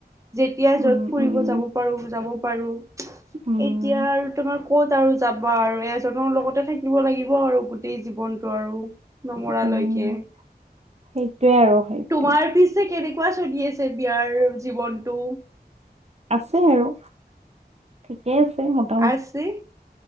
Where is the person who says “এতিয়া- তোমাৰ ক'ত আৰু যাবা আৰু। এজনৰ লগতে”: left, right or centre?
Right